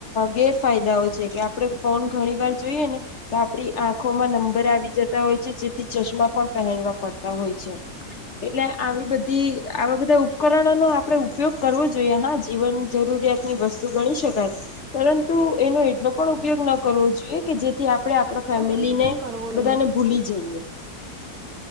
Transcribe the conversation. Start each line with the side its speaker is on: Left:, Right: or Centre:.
Left: ગેરફાયદાઓ છે કે આપડે ફોન ઘણી વાર જોઈએ ને તો આપડી આંખોમાં નંબર આવી જતા હોય છે જેથી ચશ્મા પણ પહેરવા પડતા હોય છે. એટલે આવી બધી આવા બધા ઉપકરણોનો આપડે ઉપયોગ કરવો જોઈએ. હા જીવન જરૂરિયાતની વસ્તુ ગણી શકાય. પરંતુ એનો એટલો પણ ઉપયોગ ન કરવો જોઈએ કે જે થી આપણે આપણા
Right: આવો
Left: ફેમિલીને
Right: તો નથી કરવો
Left: બધાને
Right: જોઈએ
Left: ભૂલી જઈએ.